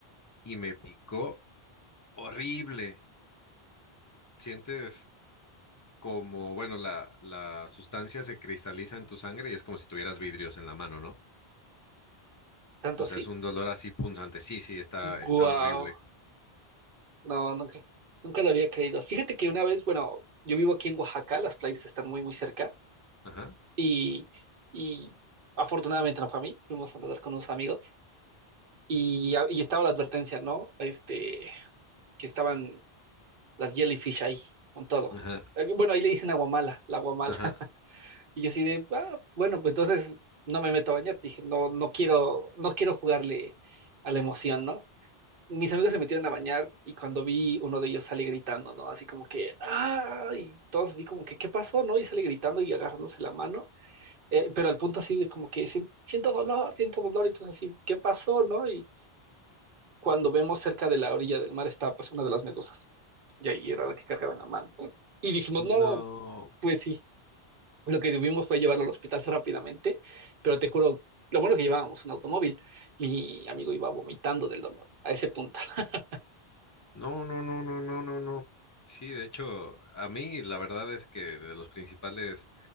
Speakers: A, on the left (about 25°); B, on the right (about 55°).
A: y me picó horrible. Sientes como, bueno, la, la sustancia se cristaliza en tu sangre y es como si tuvieras vidrios en la mano, ¿no?
B: tanto
A: O
B: así.
A: sea, es un dolor así punzante. Sí, sí, está, está
B: Guau.
A: horrible.
B: No, nunca, nunca lo había creído. Fíjate que una vez, bueno, yo vivo aquí en Oaxaca, las playas están muy, muy cerca
A: Ajá,
B: y, y afortunadamente no fue a mí, fuimos a nadar con unos amigos y, ah, y estaba la advertencia, ¿no? Este, que estaban las jellyfish ahí, con todo.
A: ajá,
B: Eh, Bueno, ahí le dicen aguamala, la aguamala.
A: ajá.
B: <laughs> Y yo así de, "Ah, bueno, pues entonces no me meto a bañar. Dije, no, no quiero, no quiero jugarle a la emoción, ¿no? mis amigos se metieron a bañar y cuando vi uno de ellos sale gritando, ¿no? Así como que, ¡ah! Y todos así como que, ¿qué pasó? ¿No? Y sale gritando y agarrándose la mano, eh, pero al punto así de como que "Sien- siento dolor, siento dolor, y entonces así, ¿qué pasó? ¿No? Y cuando vemos cerca de la orilla del mar está pues una de las medusas, y ahí era la que cargaba en la mano. Y dijimos,
A: No.
B: no, pues sí, lo que tuvimos fue llevarlo al hospital rápidamente, pero te juro, lo bueno que llevábamos un automóvil, mi amigo iba vomitando del dolor, a ese punto. <laughs>
A: No, no, no, no, no, no, no. Sí, de hecho, a mí la verdad es que de los principales